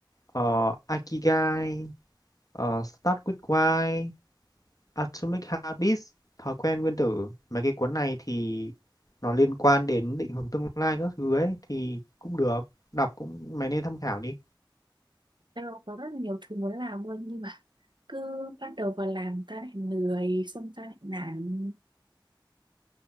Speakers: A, on the left (about 45°); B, on the right (about 65°).
A: ờ, Ikigai, ờ, Start with Why, Atomic Habits, Thói quen nguyên tử. Mấy cái cuốn này thì nó liên quan đến định hướng tương lai các thứ ấy thì cũng được. Đọc cũng mày nên tham khảo đi.
B: tao có rất là nhiều thứ muốn làm luôn nhưng mà cứ bắt đầu vào làm ta lại lười xong ta lại nản